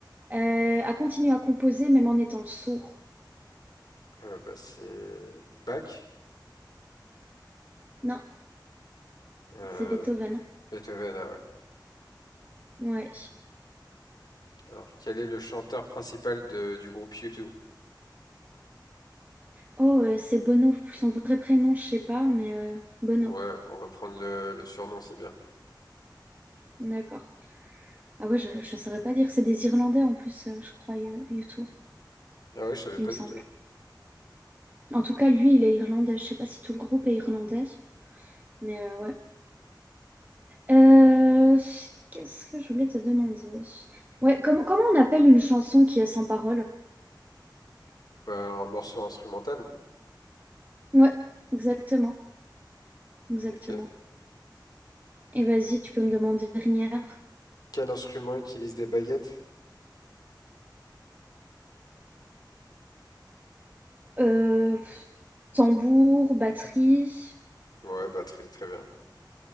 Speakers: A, on the right (about 20°); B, on the left (about 60°).
A: heu, a continué à composer même en étant sourd?
B: euh, bah, c'est Bach,
A: Non,
B: euh,
A: c'est Beethoven,
B: Beethoven, ah ouais.
A: ouais.
B: Alors, quel est le chanteur principal de- du groupe U2?
A: Oh, heu, c'est Bono, son vrai prénom, je sais pas, mais heu, Bono,
B: Ouais, on va prendre le, le surnom, c'est bien.
A: d'accord. Ah ouais, je je saurais pas dire, c'est des Irlandais en plus, heu, je crois, euh, U U2,
B: Ah ouais, je savais
A: il
B: pas
A: me semble.
B: du tout.
A: En tout cas, lui, il est irlandais, je sais pas si tout le groupe est irlandais, mais heu, ouais. Euh, qu'est-ce que je voulais te demander? Ouais, comment, comment on appelle une chanson qui est sans parole?
B: Bah, un morceau instrumental.
A: Ouais, exactement, exactement.
B: Ok.
A: Et vas-y, tu peux me demander une dernière.
B: Quel instrument utilise des baguettes?
A: Euh, pff, tambour, batterie.
B: Ouais, bah très très bien.